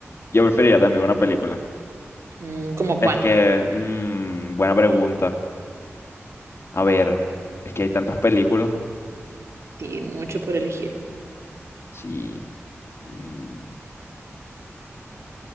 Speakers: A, on the left; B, on the right.
A: Yo preferiría también una película.
B: Mm, ¿cómo cuál?
A: Es que, mm, buena pregunta. A ver, es que hay tantas películas.
B: Sí, mucho por elegir.
A: Sí. mm,